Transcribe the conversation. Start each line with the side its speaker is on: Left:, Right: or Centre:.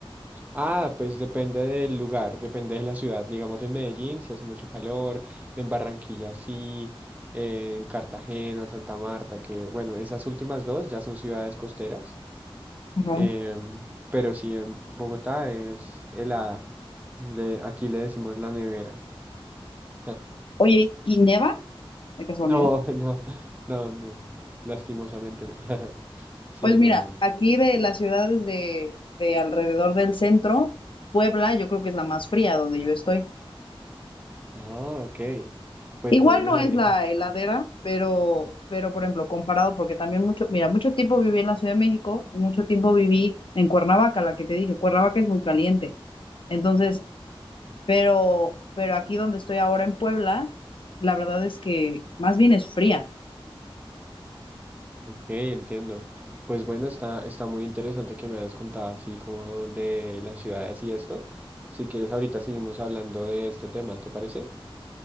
Right: Ah, pues depende del lugar, depende de la ciudad. Digamos en Medellín si hace mucho calor, en Barranquilla sí, en Cartagena, Santa Marta, que bueno, esas últimas dos ya son ciudades costeras.
Left: Ajá.
Right: em, pero sí, en Bogotá es helada. Le- aquí le decimos la nevera. <laughs>
Left: Oye, ¿y neva? De casualidad.
Right: No, no, no, no, lastimosamente no. <laughs> Sí,
Left: Pues
Right: no.
Left: mira, aquí de las ciudades de, de alrededor del centro, Puebla, yo creo que es la más fría donde yo estoy.
Right: Ah, ok. Pues
Left: Igual
Right: bueno,
Left: no
Right: Mariana.
Left: es la heladera, pero, pero por ejemplo, comparado, porque también mucho, mira, mucho tiempo viví en la Ciudad de México y mucho tiempo viví en Cuernavaca, la que te dije, Cuernavaca es muy caliente. Entonces, pero, pero aquí donde estoy ahora en Puebla, la verdad es que más bien es fría.
Right: Ok, entiendo. Pues bueno, está, está muy interesante que me hayas contado así como de las ciudades y esto. Si quieres, ahorita seguimos hablando de este tema, ¿te parece?